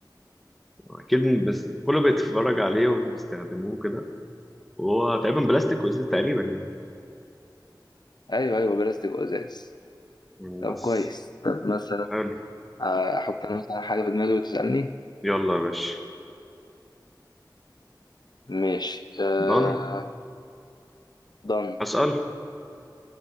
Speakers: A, in the centre; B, on the left.
A: اكيد بس كله بيتفرج عليه وبيستخدموه كده وهو تقريبا بلاستيك وازاز تقريبا يعني
B: ايوه ايوه بلاستيك وازاز
A: يعني
B: طب
A: بس
B: كويس طب مثلا
A: حلو
B: آه، احط انا مثلا حاجه في دماغي وتسالني
A: يلا يا باشا
B: ماشي آه.
A: ضن
B: ضن
A: اسال